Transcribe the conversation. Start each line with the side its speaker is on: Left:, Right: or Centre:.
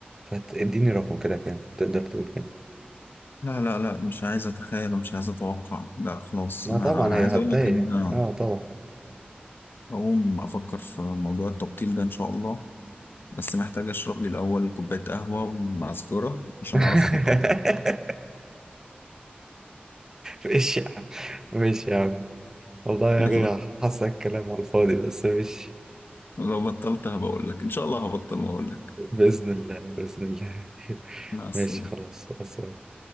Right: فاديني رقم كده كام تقدر تقول كام
Left: لا لا لا مش عايز اتخيل ومش عايز اتوقع لا خلاص
Right: لا
Left: انا
Right: طبعا
Left: انا
Right: هي
Left: عايز
Right: هتضايق
Left: اقول لك ان
Right: يعني
Left: انا
Right: اه طبعا
Left: هقوم افكر في موضوع التبطيل ده ان شاء الله بس محتاج اشرب لي الاول كوبايه قهوه ومعسكرة عشان
Right: <laughs>
Left: اعرف افكر <laughs>
Right: ماشي يا عم ماشي يا عم والله يعني
Left: يلا
Right: حاسك كلام على الفاضي بس ماشي
Left: لو بطلت هبقول لك ان شاء الله هبطل واقول لك
Right: بإذن الله بإذن الله <laughs>
Left: مع السلامه
Right: ماشي خلاص خلاص